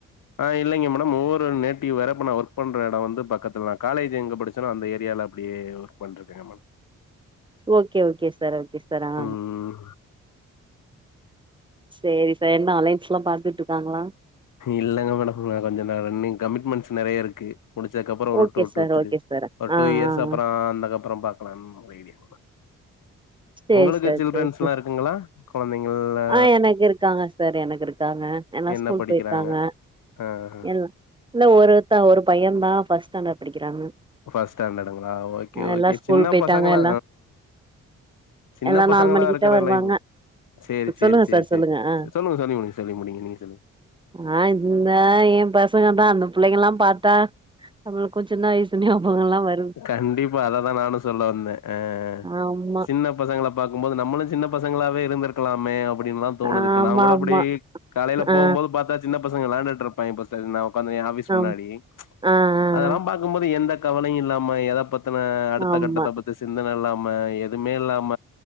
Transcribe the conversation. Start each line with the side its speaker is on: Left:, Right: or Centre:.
Left: ஆ இல்லங்க மேடம் ஊரு நேட்டிவ் வேற நா ஒர்க் பண்ற இட வந்து பக்கத்துல காலேஜ் எங்க படிச்சனோ அந்த ஏரியால அப்டியே ஒர்க் பண்ணிட்டு இருக்கங்க ma'am
Right: okay okay sir okay sir ஆ
Left: ம்
Right: சேரி சார் என்ன அலைன்ஸ் ல்லா பாத்துட்டு இருக்காங்களா
Left: இல்லங்க மேடம் கொஞ்சோ ரன்னிங் கமிட்மண்ட்ஸ் நெறைய இருக்கு முடிச்சதுக்கு அப்பற ஒரு
Right: okay
Left: two
Right: sir
Left: two three
Right: okay sir
Left: ஒரு
Right: ஆ
Left: டூ இயர்ஸ்
Right: ஆ
Left: அப்பறோ
Right: ஆ
Left: அந்தக்க அப்பற பாக்கலாம்னு ஒரு ஐடியா
Right: சேரி
Left: உங்களுக்கு
Right: சார்
Left: சில்ட்ரன்ஸ்ல்லா
Right: சேரி சார்
Left: இருக்குங்களா குழந்தைங்கள்லா
Right: ஆ எனக்கு இருக்காங்க சார் எனக்கு இருக்காங்க எல்லா
Left: என்ன
Right: ஸ்கூல்
Left: படிக்கிறாங்க
Right: போயிருக்காங்க
Left: ஆ அ
Right: எல்லா இல்ல ஒருத்தா ஒரு பைய தா ஃபர்ஸ்ட் ஸ்டாண்டர்ட் படிக்கிறாங்க
Left: ஃப்ஸ்ட் ஸ்டாண்டர்டுங்களா ஓகே ஓகே
Right: எல்லா ஸ்கூல்
Left: சின்ன
Right: போயிட்டாங்க
Left: பசங்களா
Right: எல்லா
Left: சின்ன
Right: எல்லா
Left: பசங்களா
Right: நாலு மணிக்கிட்ட
Left: இருக்குற
Right: வருவாங்க
Left: லைவ் சேரி சேரி
Right: சொல்லுங்க
Left: சேரி
Right: சார் சொல்லுங்க
Left: சேரி
Right: ஆ
Left: சேரி சொல்லுங்க சொல்லி முடிங்க சொல்லி முடியுங்க நீங்க சொல்லு
Right: ஆ இந்தா எய பசங்க தா அந்த பிள்ளைங்கல்லா பாத்தா நம்மளுக்கு சீன்ன வயசு ஞாபக எல்லா வரு
Left: கண்டிப்பா அததா நானு சொல்ல வந்த அ
Right: ஆமா
Left: சின்ன சின்ன பசங்கள பாக்கும்போது நம்மளு சீன்ன பசங்களாவே இருந்திருக்கலாமே அப் அப்டின்லா தோணுது
Right: ஆமா
Left: இப்ப நா கூட
Right: ஆமா
Left: அப்டி காலைல போம்போது
Right: ஆ
Left: பாத்தா சின்ன பசங்க விளான்டுட் இருப்பாங்கே பஸ் ன உக்காந்து எ ஆஃபீஸ் முன்னாடி
Right: ஆம் ஆ ஆ ஆ.
Left: அதெல்லா பாத் கும்போது எந்த கவலயு இல்லாம எத பத் தின அடுத்த
Right: ஆமா
Left: கட்டத்த பத்தி சிந்தன இல்லாம எதுமே இல்லாம